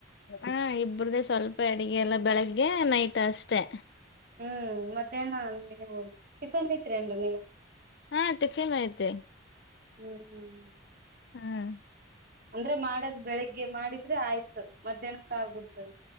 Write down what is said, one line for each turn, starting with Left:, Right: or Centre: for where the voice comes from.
Left: ಹಾ ಇಬ್ರ್ದೇ ಸ್ವಲ್ಪ ಈ ಎಲ್ಲ ಬೆಳಗ್ಗೆ ನೈಟ್ ಅಷ್ಟೆ
Right: ಹ್ಮ್ ಮಧ್ಯಾಹ್ನ ನೀವು ಟಿಫನ್ ಏನ್ತಿಂದ್ರಿ
Left: ಹಾ ಟಿಫನ್ ಐತೆ
Right: ಹ್ಮ್
Left: ಹ್ಮ್
Right: ಅಂದ್ರೆ ಮಾಡದ್ ಬೆಳಗ್ಗೆ ಮಾಡಿದ್ರೆ ಆಯ್ತು ಮಧ್ಯಾಹ್ನಕ್ಕ ಆಗ್ಬಿಡ್ತದ